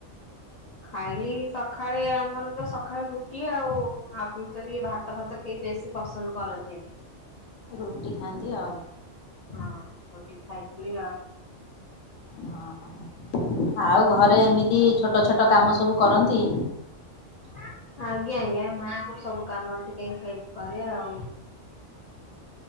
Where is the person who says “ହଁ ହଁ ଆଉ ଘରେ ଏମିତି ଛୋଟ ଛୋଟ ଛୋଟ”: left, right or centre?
Left